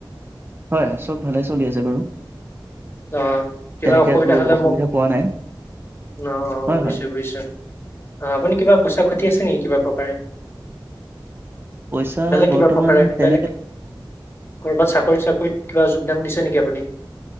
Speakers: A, on the right; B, on the left.
A: হয় চব ভালে চলি আছে বাৰু
B: অ কিবা
A: তেনেকে
B: অসুবিধা
A: একো
B: হ'লে
A: অসুবিধা
B: মোক
A: পোৱা নাই
B: অ অ
A: হয়
B: বুজিছো
A: হয়
B: বুজিছো অ আপুনি কিবা পইচা ঘটি আছে নেকি কিবা প্ৰকাৰে
A: পইচা
B: বেলেগ
A: বৰ্তমান
B: কিবা প্ৰকাৰে
A: তেনেকে
B: বেলেগ কৰ'বাত চাকৰিত চাকৰিত কিবা যোগদান দিছে নেকি আপুনি